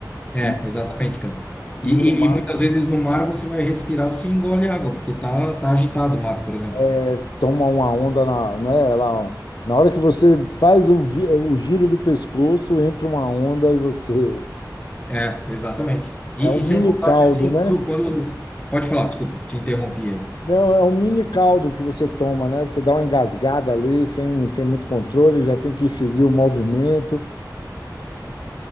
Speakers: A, on the left; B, on the left.
A: É,
B: E,
A: exatamente, cara.
B: e
A: E,
B: no mar,
A: e, e muitas vezes no mar você vai respirar, você engole água, porque tá, tá agitado o mar, por exemplo.
B: é, toma uma onda na, né? Ela, na hora que você faz o, vi- o giro do pescoço, entra uma onda e você.
A: É, exatamente. E,
B: É um
A: e sem
B: mini
A: contar
B: caldo,
A: que assim,
B: né?
A: quando, quando... Pode falar, desculpa, te interrompi aí.
B: Não, é um mini caldo que você toma, né? Você dá uma engasgada ali, sem, sem muito controle, já tem que seguir o movimento.